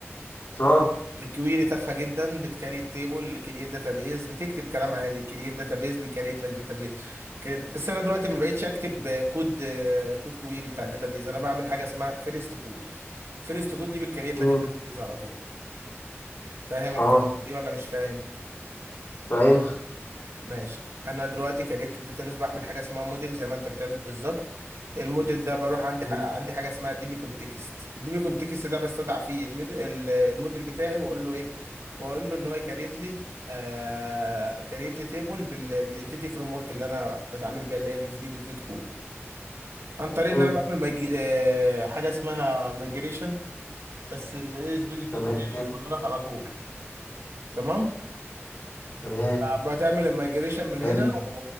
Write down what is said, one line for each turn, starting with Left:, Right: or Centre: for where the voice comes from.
Left: اه
Right: الكويري تافهه جدا بتكريت تيبل كرييت داتابيز بتكتب كلام عادي كرييت داتابيز بيكريت لك داتابيز كرييت بس انا دلوقتي ما بقتش اكتب كود كود كويري بتاع الداتابيز انا بعمل حاجه اسمها فيرست كود فيرست كود دي بتكريت
Left: مم.
Right: لك الداتابيز على طول فاهم
Left: اه
Right: الكلمه دي ولا مش فاهم
Left: فاهمها
Right: ماشي انا دلوقتي كريت الداتابيس بعمل حاجه اسمها موديل زي ما انت بتعمل بالظبط الموديل ده بروح عندي
Left: مم.
Right: ح- عندي حاجه اسمها دي بي كونتكست الدي بي كونتكست ده بستدعى فيه الميد- ال- الموديل بتاعي واقول له ايه واقول له ان هو يكريت لي آه كريت لي تيبل بال بالانتيتي فريم ورك اللي انا بتعامل بيها اللي هي الاس بي دوت نت كور عن طريق
Left: مم.
Right: ان انا بعمل ميج... آه حاجه اسمها مايجريشن بس الاس بي دوت
Left: تمام
Right: نت متفرغ على طول تمام
Left: تمام
Right: بتعمل الميجريشن من
Left: حلو
Right: هنا و...